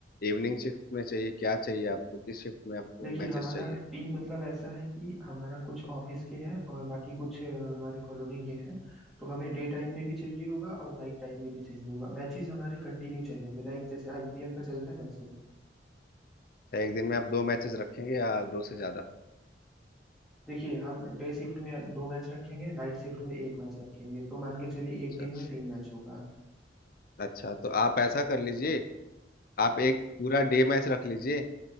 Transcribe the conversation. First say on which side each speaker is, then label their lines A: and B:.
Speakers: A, on the left; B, in the centre.
A: इवनिंग शिफ्ट में चाहिए क्या चाहिए आपको किस शिफ्ट में आपको
B: देखिए
A: मैचेस
B: हमारा
A: चाहिए
B: टीम मतलब ऐसा है कि हमारा कुछ ऑफिस के हैं और बाकी कुछ अ, हमारे कॉलोनी के हैं तो हमें डे टाइम में भी चाहिए होगा और नाइट टाइम में भी चाहिए होगा मैचेस हमारे कंटिन्यू चलेंगे लाइक जैसे आईपीएल का चलता है वैसे
A: क्या एक दिन में आप दो मैचेस रखेंगे या दो से ज्यादा
B: देखिए हम डे शिफ्ट में दो मैच रखेंगे नाइट शिफ्ट में एक मैच रखेंगे तो मान के चलिए एक
A: अच्छा
B: दिन में तीन मैच होगा
A: अच्छा तो आप ऐसा कर लीजिए आप एक पूरा डे मैच रख लीजिए